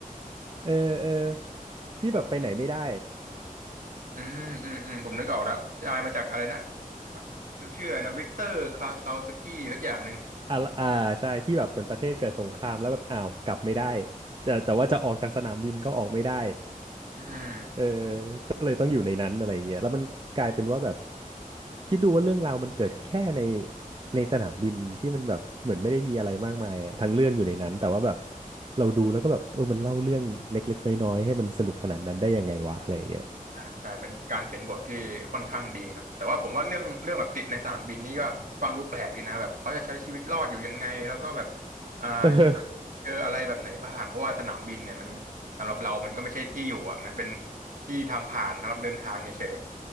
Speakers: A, on the right (about 35°); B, on the right (about 65°).
A: เออเออที่แบบไปไหนไม่ได้
B: ผมอืมอืมอืมผมนึกออกแล้วชายมาจากอะไรนะครับชื่ออะไรนะวิกเตอร์คลาซาวสกี้สักอย่างหนึ่ง
A: อ่าอ่าใช่ที่แบบเหมือนประเทศเกิดสงครามแล้วแบบอ้าวกลับไม่ได้แต่แต่ว่าจะออกจากสนามบินก็ออกไม่ได้
B: อืม
A: เออก็เลยต้องอยู่ในนั้นอะไรอย่างเงี้ยแล้วมันกลายเป็นว่าแบบคิดดูว่าเรื่องราวมันเกิดแค่ในในสนามบินที่มันแบบเหมือนไม่ได้มีอะไรมากมายอะทั้งเรื่องอยู่ในนั้นแต่ว่าแบบเราดูแล้วก็แบบเออมันเล่าเรื่องเล็กๆน้อยๆให้มันสนุกขนาดนั้นได้ยังไงวะอะไรอย่างเงี้ย
B: ใช่ใช่เป็นการเขียนบทที่ค่อนข้างดีเนาะแต่ว่าผมว่าเรื่องเรื่องแบบติดในสนามบินนี่ก็ฟังดูแปลกดีนะแบบเขาจะใช้ชีวิตรอดอยู่ยังไงแล้วก็แบบอ่า
A: <laughs> เออ
B: เจออะไรแบบไหนบ้างเพราะว่าสนามบินเนี่ยมันสำหรับเรามันก็ไม่ใช่ที่อยู่อ่ะมันเป็นที่ทางผ่านสำหรับเดินทางเฉย